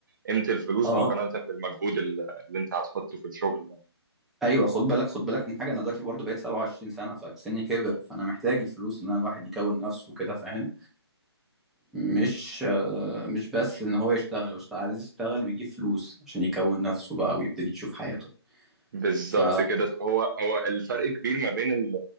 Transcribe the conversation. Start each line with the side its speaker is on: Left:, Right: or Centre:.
Right: قيمة الفلوس
Centre: اه
Right: مقارنة بالمجهود ال- اللي انت هتحطه في الشغل يعني.
Centre: ايوه خد بالك خد بالك من حاجة انا دلوقتي برضو بقيت 27 سنة فسني كبر فانا محتاج الفلوس ان انا الواحد يكون نفسه كده فاهم مش آه، مش بس ان هو يشتغل هو يشتغل- عايز يشتغل ويجيب فلوس عشان يكون نفسه بقى ويبتدي يشوف حياته
Right: بالظبط
Centre: ف
Right: كده هو هو الفرق كبير ما بين ال-